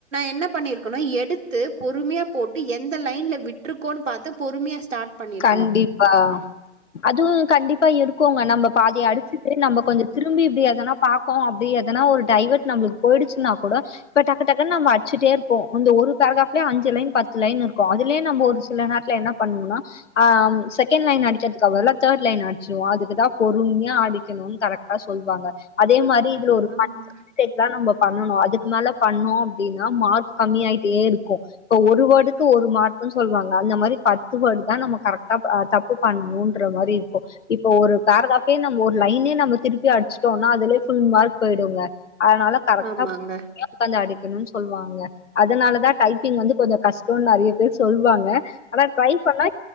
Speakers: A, on the right; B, on the left.
A: என்ன பண்ணிருடுக்கனு எடு து பொறுமையா போட்டு எந்த லைன்ல விட் ட்ருக்கோன் பாத்து பொறுமையா ஸ்டார்ட் பண்ணியிருக்கணும்.
B: கண்டிப்பா அதுவு கண்டிப்பா இருக்கு போங்க நம்ப பாதையை அடிச்சுட்டு நம்ப கொஞ்ச திரும்பியு ப்டி எதனா பாக்கொ அப்டி எதனா ஒரு டைவர்ட் நம்புளுக் போயிடுச்சுன்னா கூட இப்ப டக்கு டக்குன்னு நம்ப அடிச்சுட்டே இருப்போ இந்த ஒரு பேரக்ராப்லே அஞ்சு லைன் பத்து லைன் இருக்கு அதுலயே நம்ம ஒரு சில நாட்டுல என்ன பண்ணோவோனா ஆ செகண்ட் லைன் அடிக்கதுக்கு அவல்ல தேர்ட் லைன் அடிச்சிருவோ அதுக்குதா பொறும்யா அடிக்கணுன் கரெக்ட்டா சொல்வாங்க அதே மாரி இதுல
A: ஆமாமாங்க.
B: ஒரு பத்து
A: ஆமாங்க.
B: மிஸ்டேக் தா நம்ப பண்ணனு அதுக்கு மேல பண்ணோ அப்டின்னா மார்க் கம்மி ஆட்டே இருக்கு இப்ப ஒரு வேடுக்கு ஒரு மார்குன் சொல்வாங்க அந்த மாரி பத்துவேடுதா நமக் கரெக்டா தப்பு பண்ணணும்ன்ற மாரி இருக்கு இப்போ ஒரு பேரக்ராபே நம்ம ஒரு லைனே நம்ம திருப்பி அடிச்சுட்டோனா அதுலயே ஃபுல் மார்க் போயிடுங்க அதனால கரெக்டா
A: ஆமாங்க.
B: <inaudible> உக்காந்து அடி ருன் சொல்வாங்க அதனால தா டைப்பிங் வந்து கொஞ்ச கஷ்ட நிறைய பேர் சொல் வாங்க ஆனா ட்ரை பண்ணா